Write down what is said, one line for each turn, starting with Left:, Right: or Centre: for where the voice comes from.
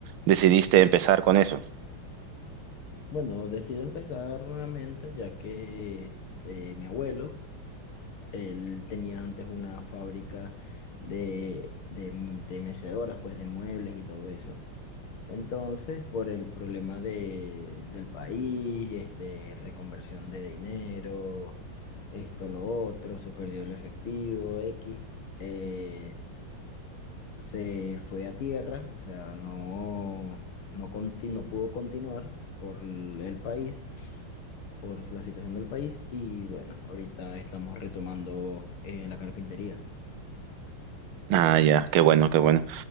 Right: decidiste empezar con eso?
Left: Bueno, decido empezar nuevamente ya que eh, mi abuelo, él tenía antes una fábrica de, de, m- de mecedoras, pues de muebles y todo eso. Entonces, por el problema de, del país, este, reconversión de dinero, esto, lo otro, se perdió el efectivo, X. eh, se fue a tierra, o sea, no, no, conti- no pudo continuar por el el país, por la situación del país, y bueno, ahorita estamos retomando eh, la carpintería.
Right: Ah, ya, qué bueno, qué bueno.